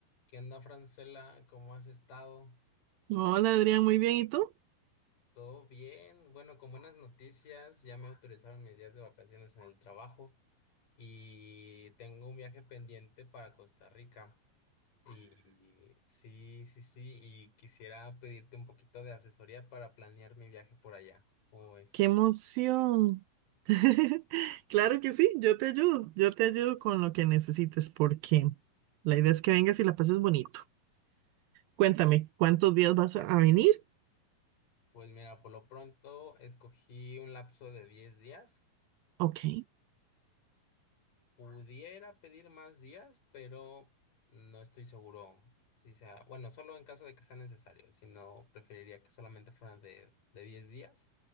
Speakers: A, on the left; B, on the right.
A: ¿Qué onda, Francela? ¿Cómo has estado?
B: Hola Adrián, muy bien. ¿Y tú?
A: ¿Todo bien? Bueno, con buenas noticias, ya me autorizaron mis días de vacaciones en el trabajo y tengo un viaje pendiente para Costa Rica. Y sí, sí, sí, y quisiera pedirte un poquito de asesoría para planear mi viaje por allá. ¿Cómo ves?
B: ¡Qué emoción! <laughs> Claro que sí, yo te ayudo, yo te ayudo con lo que necesites porque la idea es que vengas y la pases bonito. Cuéntame, ¿cuántos días vas a a venir?
A: Pues mira, por lo pronto escogí un lapso de 10 días.
B: Ok.
A: Pudiera pedir más días, pero no estoy seguro si sea, bueno, solo en caso de que sea necesario, si no, preferiría que solamente fueran de, de 10 días.